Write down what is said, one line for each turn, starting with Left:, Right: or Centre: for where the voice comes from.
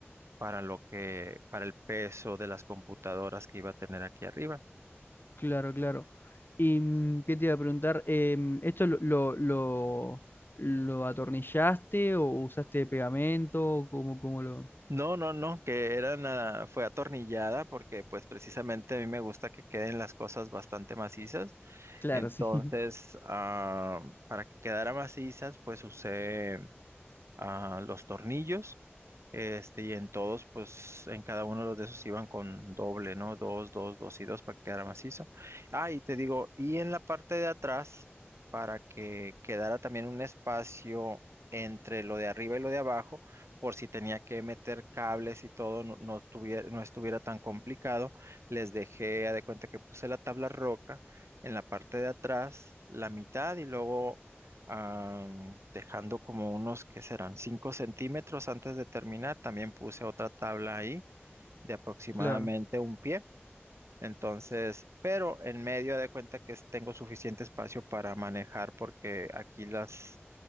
Right: para lo que, para el peso de las computadoras que iba a tener aquí arriba.
Left: Claro, claro. ¿Y mm, qué te iba a preguntar? Em, ¿esto lo, lo, lo, lo atornillaste o usaste pegamento? ¿Cómo, cómo lo...?
Right: No, no, no, que era nada, fue atornillada porque pues precisamente a mí me gusta que queden las cosas bastante macizas
Left: Claro,
Right: Entonces,
Left: sí. <laughs>
Right: ah, para que quedara macizas, pues usé ah, los tornillos, este, y en todos, pues en cada uno de los de esos iban con doble, ¿no? Dos, dos, dos y dos para que quedara macizo. Ah, y te digo, y en la parte de atrás, para que quedara también un espacio entre lo de arriba y lo de abajo, por si tenía que meter cables y todo, no, no tuviera, no estuviera tan complicado, les dejé, haz de cuenta que puse la tabla roca en la parte de atrás, la mitad y luego ah, dejando como unos que serán 5 centímetros antes de terminar. También puse otra tabla ahí de aproximadamente
Left: Claro,
Right: un pie. Entonces, pero en medio de cuenta que es- tengo suficiente espacio para manejar porque aquí las,